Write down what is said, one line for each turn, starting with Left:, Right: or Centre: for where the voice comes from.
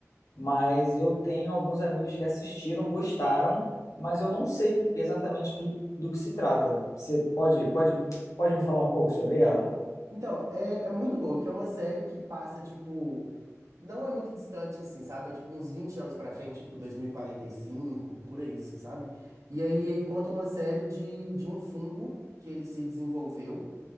Left: mas eu tenho alguns amigos que assistiram, gostaram, mas eu não sei exatamente do, do que se trata. Você pode pode pode me falar um pouco sobre ela?
Right: Então, é, é muito boa, que é uma série que passa, tipo, não é muito distante, assim, sabe? É, tipo, uns 20 anos pra frente, tipo, dois mil e e quarenta e cinco por aí, assim, sabe? E aí conta uma série de, de um fungo que ele se desenvolveu